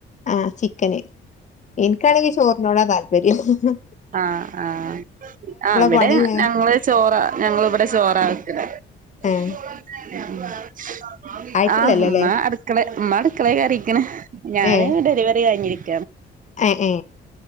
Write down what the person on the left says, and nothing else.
ആഹ ചിക്കന് എനിക്കാണെങ്കി ചോറിനോടാ താല്പര്യം മ്ഹ്
പണി വേ
ഉം
ആയിട്ടില്ലല്ലോല്ലേ
ഏ
ഏ ഏ